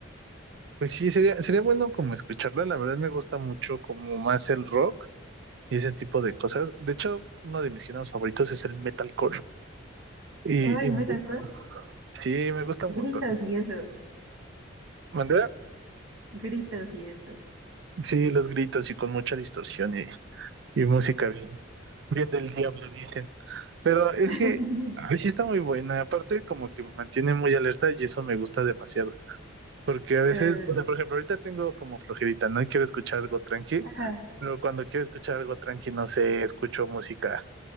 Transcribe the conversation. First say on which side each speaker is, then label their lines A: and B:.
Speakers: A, on the right; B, on the right.
A: pues sí, sería, sería bueno como escucharla, la verdad me gusta mucho como más el rock y ese tipo de cosas. De hecho, uno de mis géneros favoritos es el metalcore. Y,
B: Oh, el
A: y
B: metalcore,
A: sí, me gusta un
B: gritos
A: montón.
B: y eso,
A: ¿Mandé?
B: gritos y eso.
A: Sí, los gritos y con mucha distorsión y, Y música bien, bien del diablo, dicen. Pero es
B: <laughs>
A: que, ay, sí está muy buena. Aparte, como que me mantiene muy alerta y eso me gusta demasiado. Porque a veces,
B: Eh,
A: o sea, por ejemplo, ahorita tengo como flojerita, ¿no? Y quiero escuchar algo tranqui,
B: ajá,
A: pero cuando quiero escuchar algo tranqui, no sé, escucho música.